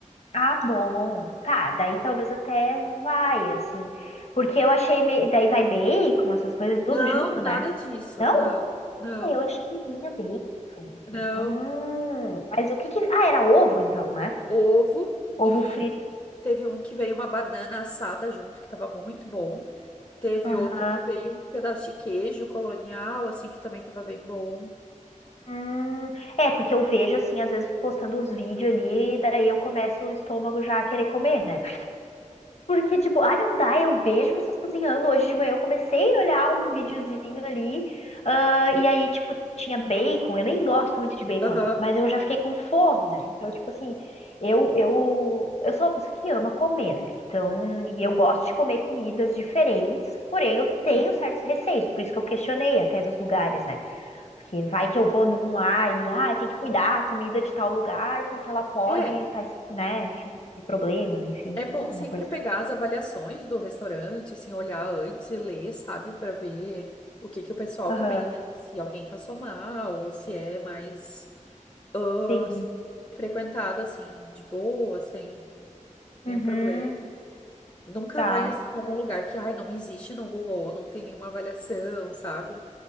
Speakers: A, on the left; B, on the left.
A: Ah, bom. Tá, daí talvez até vai, assim. Porque eu achei. me- Daí vai bacon, essas coisas tudo
B: Não,
A: junto,
B: nada
A: né?
B: disso.
A: Não?
B: Não, não,
A: Eu achei que vinha bacon junto.
B: não.
A: Hum, mas o que que. Ah, era ovo então, né?
B: Ovo e
A: Ovo frito.
B: teve um que veio uma banana assada junto, que tava muito bom. Teve
A: Aham.
B: outro que veio um pedaço de queijo colonial, assim, que também tava bem bom.
A: Hum, é, porque eu vejo, assim, às vezes postando os vídeos ali, e daí eu começo o estômago já a querer comer, né? <laughs> Porque, tipo, ah, não dá, eu vejo vocês cozinhando. Hoje de manhã eu comecei a olhar um videozinho ali, ah, e aí, tipo, tinha bacon. Eu nem gosto muito de bacon,
B: Aham.
A: né? Mas eu já fiquei com fome, né? Então, tipo assim, eu, eu, eu sou uma pessoa que ama comer, né? Então, e eu gosto de comer comidas diferentes, porém eu tenho
B: Sim.
A: certos receios, por isso que eu questionei até dos lugares, né? Porque vai que eu vou num lá e, ah, tem que cuidar a comida de tal lugar, porque ela pode
B: É,
A: estar né, enfim, de problemas, enfim,
B: É bom
A: alguma
B: sempre
A: coisa.
B: pegar as avaliações do restaurante, assim, olhar antes e ler, sabe, para ver o que que o pessoal
A: Aham,
B: comenta, se alguém passou mal ou se é mais ah,
A: sim.
B: frequentada, assim, de boa, sem nenhum
A: Uhum,
B: problema. Nunca
A: tá.
B: vai, assim, em algum lugar que, ai, não existe no Google, ou não tem nenhuma avaliação, sabe?